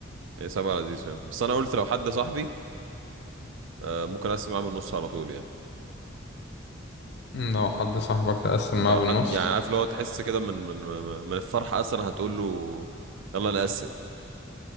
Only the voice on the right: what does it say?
هي سبعة لذيذ فاهم بس انا قلت لو حد صاحبي آه، ممكن اقسم معاه بالنص على طول يعني
لو
حد يعني عارف اللي هو تحس كده من من من الفرحة أصلا هتقول له يلا نقسم